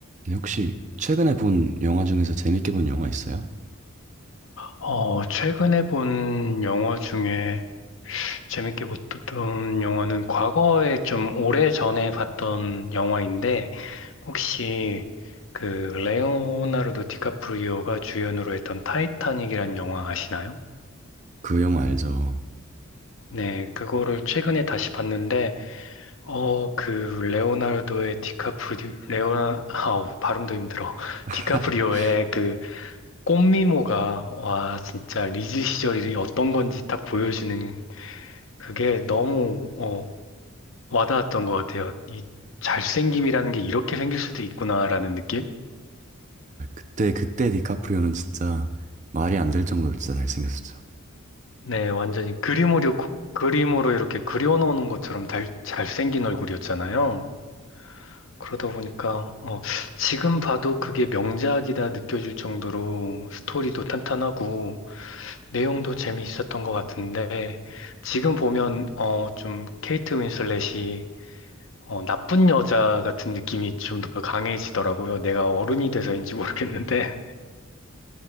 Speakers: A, on the right; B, on the left.
A: 네, 혹시 최근에 본 영화 중에서 재밌게 본 영화 있어요?
B: 어, 최근에 본 영화 중에 재밌게 봤던 영화는 과거에 좀 오래전에 봤던 영화인데 혹시 그 레오나르도 디카프리오가 주연으로 했던 타이타닉이란 영화 아시나요?
A: 그 영화 알죠?
B: 네, 그거를 최근에 다시 봤는데 어, 그 레오나르도의 디카프리 레오나 아우 발음도 힘들어.
A: <laughs>
B: 디카프리오의 그 꽃미모가 와 진짜 리즈 시절이 어떤 건지 딱 보여주는 그게 너무 어, 와닿았던 것 같아요. 이 잘생김이라는 게 이렇게 생길 수도 있구나라는 느낌?
A: 그때 그때 디카프리오는 진짜 말이 안 될 정도로 진짜 잘생겼었죠.
B: 네, 완전히 그림으로, 그림으로 이렇게 그려놓는 것처럼 잘, 잘생긴 얼굴이었잖아요. 그러다 보니까 어, 지금 봐도 그게 명작이다 느껴질 정도로 스토리도 탄탄하고 내용도 재미있었던 것 같은데 지금 보면 어, 좀 케이트 윈슬렛이 어, 나쁜 여자 같은 느낌이 좀 더 강해지더라고요. 내가 어른이 돼서인지 모르겠는데,